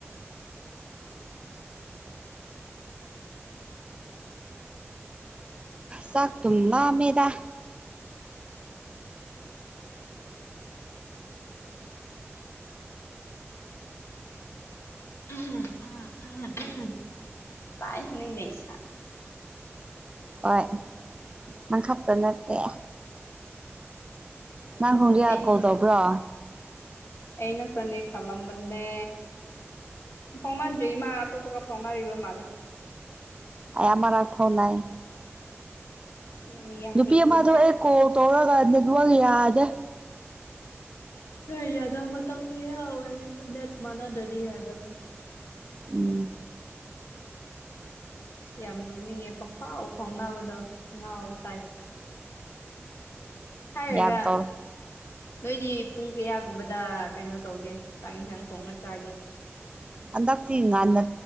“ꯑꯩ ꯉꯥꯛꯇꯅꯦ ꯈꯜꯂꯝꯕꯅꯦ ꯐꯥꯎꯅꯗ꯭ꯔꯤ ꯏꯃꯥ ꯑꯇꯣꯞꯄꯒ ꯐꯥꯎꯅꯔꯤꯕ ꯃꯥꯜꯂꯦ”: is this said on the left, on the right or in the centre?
Left